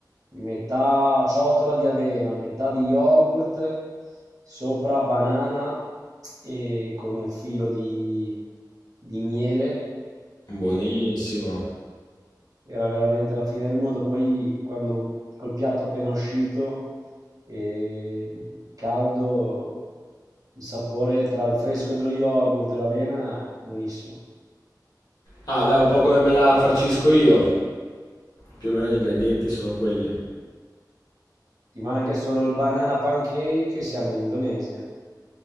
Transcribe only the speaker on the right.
metà ciotola di avena, metà di yogurt, sopra banana e con un filo di, di miele.
E era veramente la fine del mondo. Poi quando col piatto appena uscito e caldo, il sapore tra il fresco dello yogurt e l'avena, buonissimo.
Ti manca solo il banana pancake e siamo in Indonesia,